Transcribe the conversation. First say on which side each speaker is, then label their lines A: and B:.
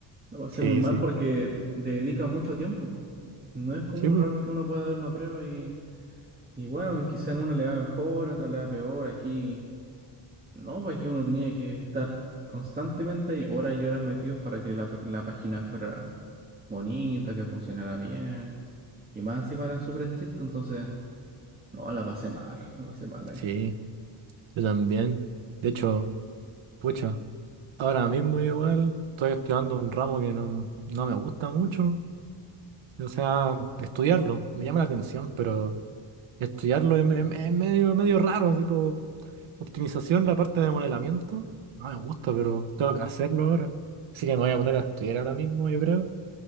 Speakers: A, on the right; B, on the right.
A: La pasé
B: sí,
A: muy mal
B: sí.
A: porque te dedica mucho tiempo. No es como
B: Sí,
A: un
B: po.
A: ramo que uno pueda dar una prueba y, y bueno, quizá en una le va mejor, en otra le va peor. Aquí. No, porque uno tenía que estar constantemente ahí, horas y horas metidos para que la, la página fuera bonita, que funcionara bien. Y más encima eran súper estrictos, entonces, no, la pasé mal, la pasé mal ahí.
B: Sí, yo también. De hecho, pucha, ahora mismo igual estoy estudiando un ramo que no, no me gusta mucho. O sea, estudiarlo me llama la atención, pero estudiarlo es, es- es medio, medio raro, tipo optimización, la parte de modelamiento. No me gusta, pero tengo que hacerlo ahora. Así que me voy a poner a estudiar ahora mismo, yo creo,